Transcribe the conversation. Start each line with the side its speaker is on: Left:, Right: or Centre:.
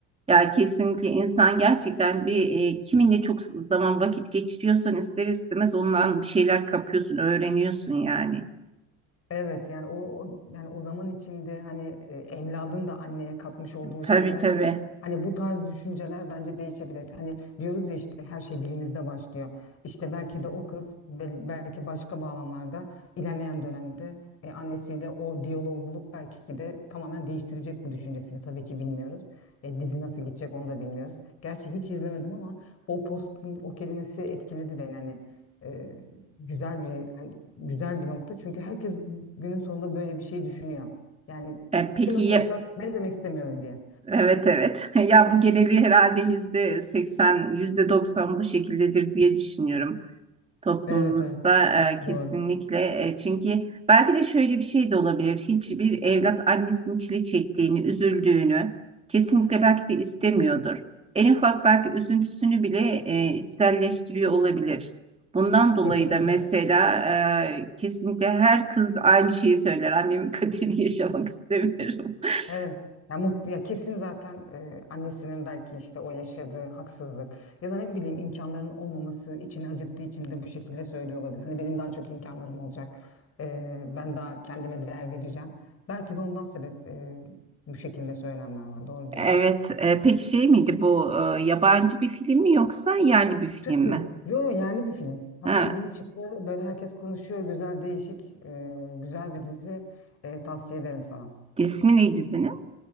Right: Ya kesinlikle insan gerçekten bir e, kiminle çok zaman vakit geçiriyorsan ister istemez ondan bir şeyler kapıyorsun, öğreniyorsun yani.
Left: Evet yani o, o- yani o zaman içinde hani e, evladın da anneye katmış olduğu
Right: Tabii
Left: şeylerle
Right: tabii.
Left: hani bu tarz düşünceler bence değişebilir. Hani diyoruz ya işte her şey dilimizde başlıyor. İşte belki de o kız bel- belki başka bağlamlarda ilerleyen dönemde e, annesiyle o diyaloğu bulup belki de tamamen değiştirecek bu düşüncesini. Tabii ki bilmiyoruz. E, dizi nasıl gidecek onu da bilmiyoruz. Gerçi hiç izlemedim ama o postun o kelimesi etkiledi beni hani. e, güzel bir hani güzel bir nokta. Çünkü herkes günün sonunda böyle bir şey düşünüyor. Yani
Right: E, peki
Left: kime sorsak
Right: ya-
Left: benzemek istemiyorum diye.
Right: evet evet. <laughs> Ya bu geneli herhalde yüzde seksen, yüzde doksan bu şekildedir diye düşünüyorum. toplumumuzda
Left: Evet evet
Right: e, kesinlikle
Left: doğru.
Right: e, çünkü belki de şöyle bir şey de olabilir. Hiçbir evlat annesinin çile çektiğini, üzüldüğünü kesinlikle belki de istemiyordur. En ufak belki üzüntüsünü bile e, içselleştiriyor olabilir. Bundan dolayı
Left: Kesinlikle.
Right: da mesela e, kesinlikle her kız aynı şeyi söyler. Annemin <laughs> kaderini yaşamak istemiyorum. <laughs>
Left: Evet. Ya, muht- ya kesin zaten e, annesinin belki işte o yaşadığı haksızlık ya da ne bileyim imkanların olmaması içini acıttığı için de bu şekilde söylüyor olabilir. Hani benim daha çok imkanlarım olacak. E, ben daha kendime değer vereceğim. Belki de ondan sebep e, bu şekilde söylemler var. Doğru diyorsun.
Right: Evet, e, peki şey miydi bu e, yabancı bir film mi yoksa yerli bir film
Left: Türk
Right: mi?
Left: değil. Yo yo yerli bir film. Hatta
Right: Ha,
Left: yeni çıktı. Böyle herkes konuşuyor. Güzel değişik e, güzel bir dizi. E, tavsiye ederim sana.
Right: ismi ne dizinin?